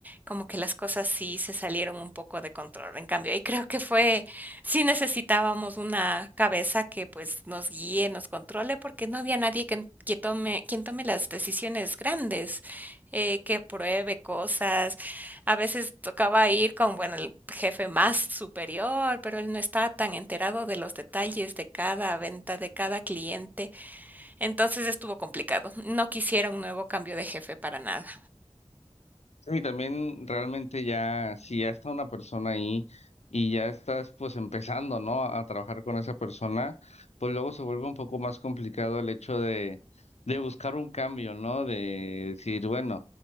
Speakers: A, on the right; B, on the left.
A: como que las cosas sí se salieron un poco de control. En cambio, ahí creo que fue, sí necesitábamos una cabeza que pues nos guíe, nos controle, porque no había nadie que, que tome, quien tome las decisiones grandes, eh, que apruebe cosas. A veces tocaba ir con, bueno, el jefe más superior, pero él no está tan enterado de los detalles de cada venta, de cada cliente. Entonces estuvo complicado. No quisiera un nuevo cambio de jefe para nada.
B: Sí, también realmente ya, si ya está una persona ahí y ya estás pues empezando, ¿no? A trabajar con esa persona, pues luego se vuelve un poco más complicado el hecho de, de buscar un cambio, ¿no? De decir, bueno,